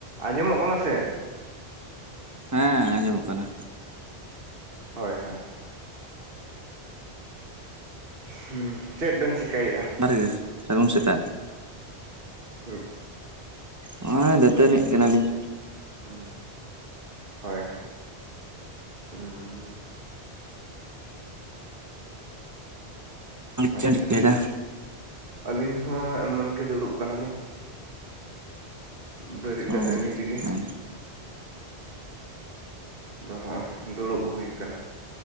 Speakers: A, on the right; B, on the right.
A: ᱟᱸᱡᱚᱢᱚᱜ ᱠᱟᱱᱟ ᱥᱮ
B: ᱦᱮᱸ ᱟᱸᱡᱚᱢᱚᱜ ᱠᱟᱱᱟ
A: ᱦᱳᱭ ᱦᱳᱭ ᱦᱩᱸ ᱪᱮᱫ ᱵᱮᱱ ᱪᱮᱠᱟᱭᱮᱼᱟ
B: ᱟᱨ ᱜᱮ ᱥᱟᱹᱜᱩᱱ ᱥᱮᱛᱟᱜ
A: ᱦᱩᱸ
B: ᱱᱚᱜᱚᱭ ᱫᱟᱹᱛᱟᱹᱱᱤ ᱠᱟᱱᱟᱞᱤᱧ
A: ᱦᱳᱭ ᱦᱳᱭ ᱦᱩᱸ ᱟᱪᱪᱷᱟ
B: ᱪᱮᱫ ᱮᱢ ᱪᱤᱠᱟᱹᱭᱮᱫᱟ
A: ᱟᱪᱪᱷᱟ ᱟᱹᱞᱤᱧ ᱦᱚᱸ ᱮᱢᱚᱱ ᱜᱮ ᱫᱩᱲᱩᱵ ᱠᱟᱱᱟ ᱞᱤᱧ ᱵᱮᱨᱤᱡ ᱠᱟᱛᱮᱜ
B: ᱚ
A: ᱱᱤᱛᱜᱤ
B: ᱦᱮᱸ
A: ᱱᱚᱸᱜᱼᱚᱭ ᱫᱩᱲᱩᱵ ᱦᱩᱭ ᱟᱠᱟᱱᱟ